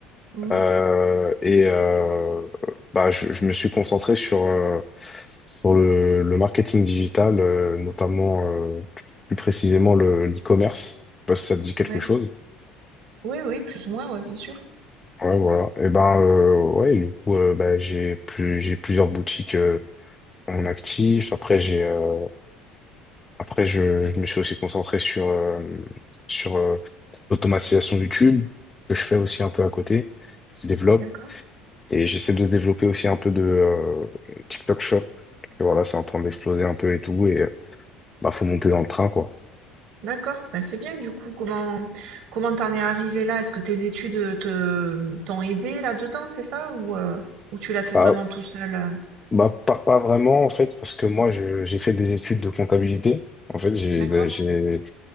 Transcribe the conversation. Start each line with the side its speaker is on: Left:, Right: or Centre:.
Right: Mhm.
Left: Euh, et euh, bah, je, je me suis concentré sur, euh, sur le, le marketing digital, euh, notamment euh, plus, plus précisément le, l'e-commerce. Je sais pas si ça te dit quelque
Right: Ouais.
Left: chose.
Right: Oui, oui, plus ou moins, ouais, bien sûr.
Left: Ouais, voilà. Et ben euh, ouais, du coup, euh, bah, j'ai plus, j'ai plusieurs boutiques euh, en actif. Après, j'ai euh, après je, je me suis aussi concentré sur, euh, sur euh, l'automatisation YouTube, que je fais aussi un peu à côté, qui se développe.
Right: D'accord.
Left: Et j'essaie de développer aussi un peu de euh, TikTok Shop. Et voilà, c'est en train d'exploser un peu et tout. Et euh, bah, faut monter dans le train, quoi.
Right: D'accord, bah, c'est bien du coup. Comment comment t'en es arrivé là? Est-ce que tes études euh, te t'ont aidé là-dedans, c'est ça? Ou, euh, ou tu l'as fait
Left: Bah,
Right: vraiment tout seul? euh
Left: bah, pas, pas vraiment, en fait, parce que moi, je- j'ai fait des études de comptabilité. En fait, j'ai
Right: D'accord.
Left: j'ai